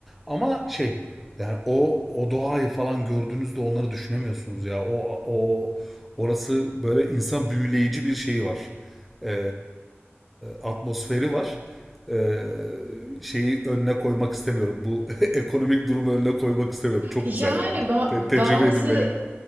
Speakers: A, in the centre; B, on the right.
A: Ama şey yani o o doğayı falan gördüğünüzde onları düşünemiyorsunuz ya. O o orası böyle insan büyüleyici bir şeyi var e, atmosferi var. E, şeyi önüne koymak istemiyorum. Bu <laughs> ekonomik durumu önüne koymak istemiyorum. Çok
B: Yani
A: güzel yani.
B: ba-
A: Te-
B: bazı
A: tecrübe edilmeli.